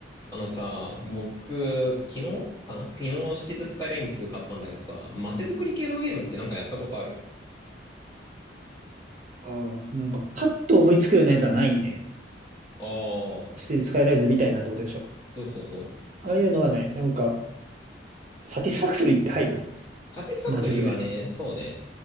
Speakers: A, on the left; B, on the right.
A: あのさ、僕、昨日かな昨日、シティズスカイライン2買ったんだけどさ、街づくり系のゲームってなんかやったことある
B: ああ、なんかパッと思いつくようなやつはないね。
A: ああ
B: シティスカイライズみたいなってことでしょ。
A: ー、そうそうそう。
B: ああいうのはない。なんか、サティスファクトリーって入る。
A: サティスファクトリーはね、
B: 街づくりに。
A: そうね。